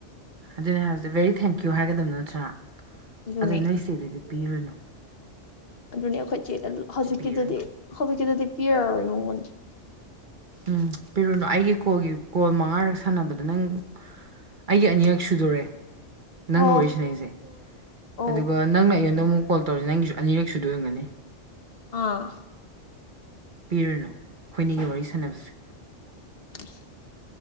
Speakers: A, on the right; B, on the left.
A: ꯑꯗꯨꯅꯦ ꯍꯥꯏꯕꯁꯦ ꯚꯦꯔꯤ ꯊꯦꯡꯀ꯭ꯌꯨ ꯍꯥꯏꯒꯗꯕ ꯅꯠꯇ꯭ꯔꯥ
B: ꯑꯗꯨꯅꯤ
A: ꯑꯗꯨ ꯅꯣꯏ ꯆꯦꯗꯗꯤ ꯄꯤꯔꯨꯅꯨꯟ꯫
B: ꯑꯗꯨꯅꯦ ꯑꯩꯈꯣꯏ ꯆꯦꯗ ꯍꯧꯖꯤꯛꯀꯤꯗꯗꯤ
A: ꯄꯤꯔꯨꯅꯨ
B: ꯍꯧꯖꯤꯛꯀꯤꯗꯗꯤ ꯄꯤꯔꯔꯣꯏ ꯃꯉꯣꯟ꯫
A: ꯎꯝ ꯄꯤꯔꯨꯅꯨ ꯑꯩꯒꯤ ꯀꯣꯜꯒꯤ ꯀꯣꯜ ꯃꯉꯥꯔꯛ ꯁꯥꯟꯅꯕꯗ ꯅꯪ ꯑꯩꯒꯤ ꯑꯅꯤꯔꯛ ꯁꯨꯗꯣꯔꯦ꯫ ꯅꯪꯒ
B: ꯑꯣ
A: ꯋꯥꯔꯤ ꯁꯥꯟꯅꯔꯤꯁꯦ
B: ꯑꯣ
A: ꯑꯗꯨꯒ ꯅꯪꯅ ꯑꯩꯉꯣꯟꯗ ꯑꯃꯨꯛ ꯀꯣꯜ ꯇꯧꯔꯁꯦ ꯅꯪꯒꯤꯁꯨ ꯑꯅꯤꯔꯛ ꯁꯨꯗꫭ ꯑꯣꯏꯔꯝꯒꯅꯤ꯫
B: ꯑꯥ꯫
A: ꯄꯤꯔꯨꯅꯨ ꯑꯩꯈꯣꯏꯅꯤꯒꯤ ꯋꯥꯔꯤ ꯁꯥꯟꯅꯕꯁꯦ꯫
B: <inaudible>